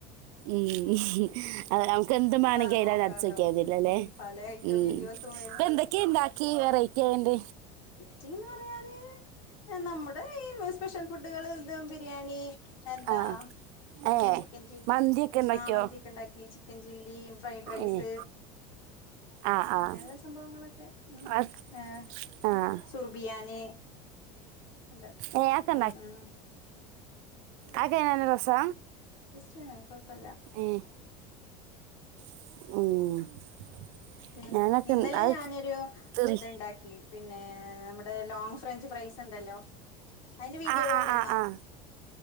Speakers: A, on the right; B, on the left.
A: ഉം ഏഹ് ക്കെന്ത്മാണ്
B: ആഹ്
A: കേത്
B: നോക്കാലോ
A: അത് അടിച്ച് വെക്കാരൂന്നില്ലല്ലേ
B: ഉം പല ഐറ്റം
A: ഉം
B: വീഡിയോസും വരും
A: പ്പ എന്തൊക്കെയ എന്താ കീ വെറൈറ്റിയണ്ട്
B: കീ പറഞാല് നമ്മുടെ ഈ സ്പെഷ്യൽ ഫുഡുകള് ദം ബിരിയാണി എന്താ
A: ആഹ്
B: പിന്നെ
A: ഏഹ്
B: ചിക്കൻ ചില്ലി
A: മന്തിയൊക്കെ ഇണ്ടാക്കിയോ
B: ആ മന്തിയൊക്കെ ഇണ്ടാക്കി ച്ചി ഈ ഫ്രൈഡ് റൈസ്
A: ഏഹ് ആഹ്
B: അങ്ങനെയുള്ള
A: ആഹ്
B: സംഭവങ്ങളൊക്കെ ഉം
A: അത്
B: ഏഹ്
A: ആഹ്
B: സുർബിയാനി ഉണ്ട്
A: ഏഹ് അതൊക്കെ
B: ഉം ഉം
A: ആക്കെ നല്ല രസാ
B: യെണ് കുഴപ്പില്ല
A: ഏഹ് ഉം
B: പിന്നെ
A: ഞാനൊക്കെ
B: ഇന്നലെ
A: ഉം അത്
B: ഞാനൊരു
A: തിന്ന്
B: ഇത്ണ്ടാക്കി പിന്നെ നമ്മുടെ ലോങ് ഫ്രഞ്ച് ഫ്രൈസ് ഉണ്ടല്ലോ അതിന്റെ വീഡിയോ
A: ആഹ്
B: കണ്ടീണോ
A: ആഹ് ആഹ് ആഹ്